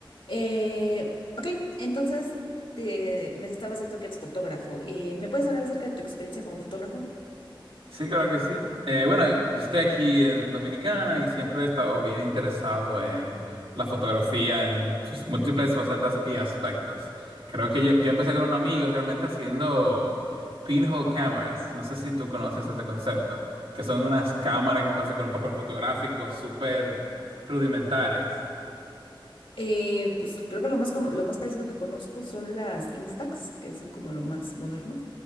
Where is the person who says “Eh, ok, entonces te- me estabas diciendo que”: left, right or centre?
Left